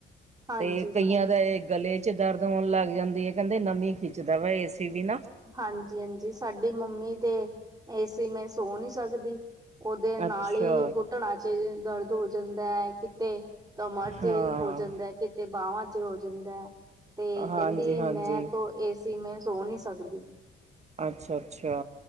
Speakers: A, on the right; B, on the right.
A: ਹਾਂਜੀ
B: ਤੇ ਕਈਆਂ
A: ਹਾਂਜੀ
B: ਦਾ ਇਹ ਗਲੇ ਚ ਦਰਦ ਹੋਣ ਲੱਗ ਜਾਂਦੀ ਏ ਕਹਿੰਦੇ ਨਮੀ ਖਿੱਚਦਾ ਵਾ ਏ ਸੀ ਵੀ ਨਾ
A: ਹਾਂਜੀ ਹਾਂਜੀ ਸਾਡੀ ਮੰਮੀ ਤੇ ਏਸੀ ਮੇ ਸੋ ਨੀ ਸਕਦੀ ਉਹਦੇ ਨਾਲ
B: ਅੱਛਾ
A: ਈ ਘੁਟਣਾ ਚ ਦਰਦ ਹੋ ਜਾਂਦਾ ਏ ਕਿਤੇ ਕਮਰ ਚ
B: ਹਾਂ
A: ਹੋ ਜਾਂਦਾ ਏ ਕਿਤੇ ਬਾਹਵਾਂ ਚ ਹੋ ਜਾਂਦਾ ਏ ਤੇ
B: ਹਾਂਜੀ
A: ਕਹਿੰਦੀ
B: ਹਾਂਜੀ
A: ਮੈਂ ਤੋ ਏਸੀ ਮੈਂ ਸੋ ਨਹੀਂ ਸਕਦੀ
B: ਅੱਛਾ ਅੱਛਾ